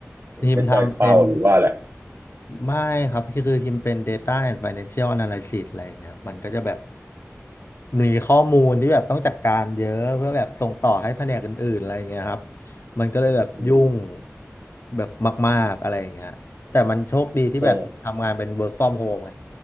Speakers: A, on the right; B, on the left.
A: ยังไม่ได้เป้าหรือว่าแหละไ
B: ทีมทำเป็น ไม่ครับคือคือคิมเป็น Data and Financial Analysis อะไรอย่างเงี้ยมันก็จะแบบมีข้อมูลที่แบบต้องจัดการเยอะเพื่อแบบส่งต่อให้แผนกอื่นๆอะไรอย่างเงี้ยครับมันก็เลยแบบยุ่ง
A: รอืม
B: แบบมากๆอะไรอย่างเงี้ยแต่มันโชคดีที่แบบทำงานเป็น
A: อืม
B: work from home ไง